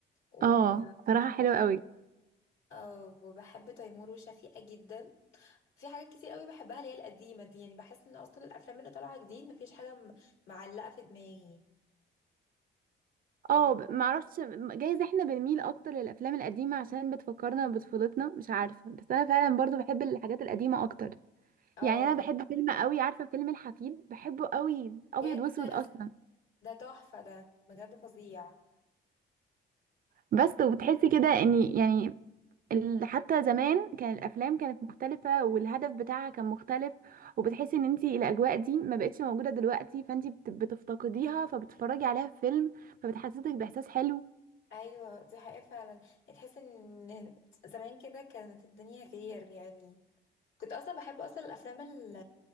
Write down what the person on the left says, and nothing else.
و
آه، وبحب تيمور وشفيقة جدا في حاجات كتير قوي بحبها اللي هي القديمه دي يعني بحس ان اصلا الافلام اللي طالعه جديد مفيش حاجه م- معلقه في دماغي
و-
اه
جدا
ده تحفه ده بجد فظيع
ايوه دي حقيقة فعلا يعني تحس ان زمان كده كانت الدنيا غير يعني كنت اصلا بحب اصلا الافلام ال